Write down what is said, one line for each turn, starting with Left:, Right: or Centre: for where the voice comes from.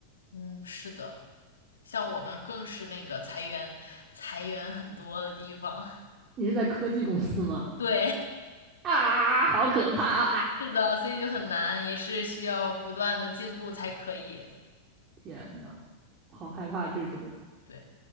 Left: 嗯，是的。像我们更是那个裁员裁员很多的地方。
Right: 你是在科技公司吗？
Left: 对，
Right: 啊，好可怕啊！
Left: 是的，所以就很难，也是需要不断的进步才可以。
Right: 天呐，好害怕这种。
Left: 对，